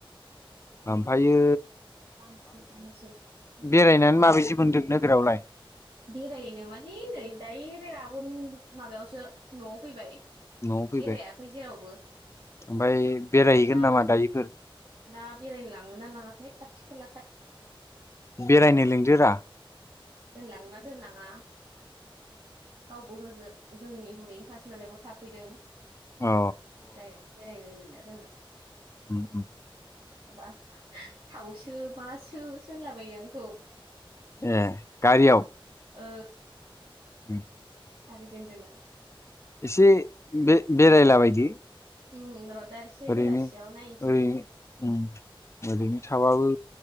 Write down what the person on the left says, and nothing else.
ओमफायो
बेरायनानै
माबायदि मोनदों नोगोरावलाय
न'आव फैबाय
ओमफ्राय बेरायहैगोन
नामा दायोफोर
बेरायनो लिंदोरा
अ
ओम ओम
ए गारियाव
<unintelligible> <unintelligible>
एसे बे बेरायला बायदो
ओरैनो
ओरैनो ओम ओरैनो थाबाबो